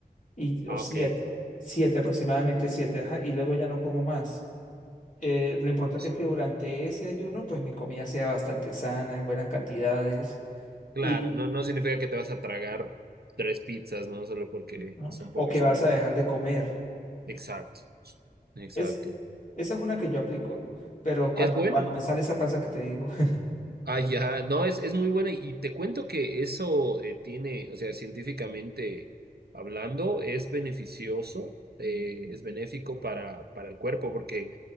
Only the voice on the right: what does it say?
Ah,
ok.
Sí.
Claro,
no, no significa que te vas a tragar tres pizzas, ¿no? Solo porque
son pocas
horas.
Exacto, exacto.
Es buena.
Ah, ya, no, es, es muy buena y, y te cuento que eso eh, tiene, o sea, científicamente hablando, es beneficioso, eh, es benéfico para, para el cuerpo, porque